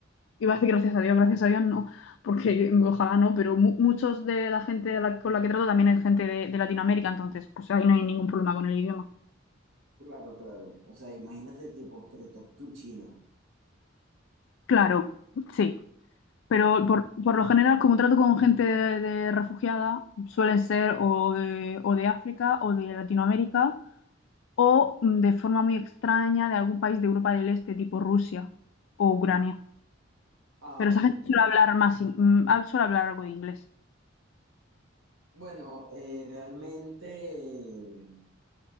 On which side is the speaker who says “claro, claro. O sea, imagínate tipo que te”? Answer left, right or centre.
Right